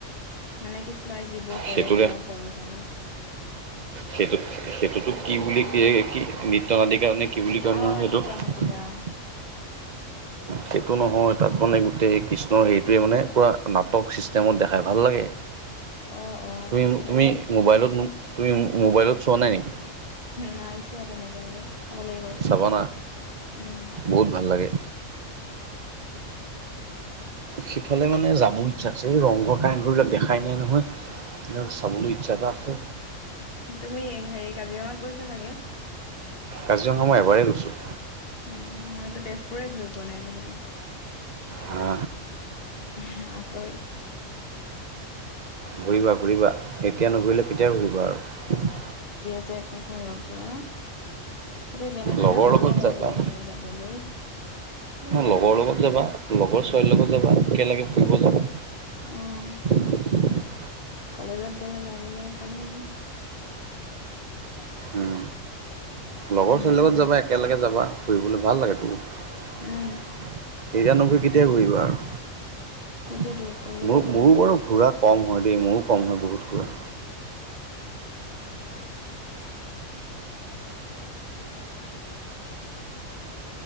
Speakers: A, on the left; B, on the right.
A: মানে কি নাই যিবোৰ কৰে
B: সেইটো
A: ধৰা সৰু জানো।
B: সেইটোত সেইটোতো কি বুলি ক কি নীত্যাদিকৰ নে কি বুলি কয়
A: অ
B: নহয় সেইটোক?
A: নৃত্য
B: <unintelligible>
A: নাটিকা
B: সেইটো নহয় তাত মানে গোটেই কৃষ্ণৰ হেৰিটোৱে মানে পুৰা নাট টৰ্ক চিষ্টেমত দেখাই ভাল লাগে।
A: অ অ অ
B: তুমি
A: মানে
B: তুমি মোবাইলত <unintelligible> তুমি মোবাইলত চোৱা নাই নেকি?
A: নাই ছোৱা তেনেকে বাৰু। চাব লাগিব ৰ'বা
B: চাবা না
A: উম
B: বহুত ভাল লাগে। সিফালে মানে যাব ইচ্ছা আছে এই ৰংঘৰ কাৰেংঘৰ বিলাক দেখাই নাই নহয়। চাবলৈ ইচ্ছা এটা আছে।
A: তুমি হেৰি কাজিৰঙাত গৈছে চাগে?
B: কাজিৰঙা মই এবাৰেই গৈছোঁ।
A: উম মইতো তেজপুৰে ঘূৰি পোৱা নাই আজিলেকে।
B: হা
A: আচৰিত।
B: ঘূৰিবা ঘূৰিবা, এতিয়া নুঘূৰিলে কেতিয়া ঘূৰিবা আৰু?
A: জেকু ঘৰৰ পৰা, এতিয়া যেনে তেনে
B: লগৰ
A: পাওঁ
B: লগত যাবা
A: বাৰু অকলে যাবলৈ। <unintelligible> এতিয়া কলেজত
B: লগৰ লগত
A: গ'লে
B: যাবা লগৰ ছোৱালীৰ লগত যাবা একেলগে ফুৰিব যাবা।
A: উম
B: <unintelligible> <inaudible>
A: কলেজত গলে যাবলে পাৰিম। <unintelligible>
B: উম,
A: <unintelligible> <inaudible>
B: লগৰ
A: এনেই
B: ছোৱালীৰ লগত
A: ঘৰৰ
B: যাবা
A: পৰা
B: একেলগে যাবা, ফুৰিবলৈ ভাল লাগে তোৰ। এতিয়া
A: উম
B: নঘুৰি কেতিয়া ঘূৰিবা আৰু?
A: সেইটোয়েতো
B: ম
A: ক'লেও বুজিয়ে
B: মোৰো
A: নাপায়
B: বাৰু ঘোৰা কম হয় দেই মোৰো কম হয় বহুত ঘূৰা।
A: পইচা বন্ধ কৰি ভ <unintelligible>